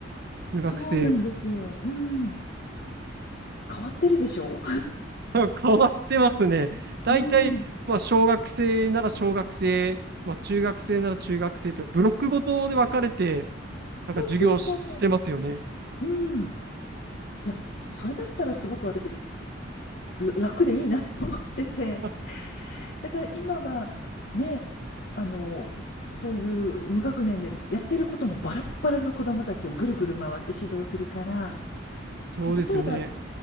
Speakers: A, on the right; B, on the left.
A: 無学生
B: そうなんですよ。うん。変わってるでしょ？
A: <laughs> 変わってますね。大体、
B: うーん。
A: まあ、小学生なら小学生、まあ、中学生なら中学生と、ブロックごとで分かれて、なんか授業してますよね。
B: そうそうそうそう。うーん。いや、それだったらすごく私、ら楽でいいなと思ってて。
A: あ、
B: だから今は、ね、あの、そういう無学年でやってることもバラッバラの子供たちをぐるぐる回って指導するから、
A: そうですよね。
B: まあ、例えば、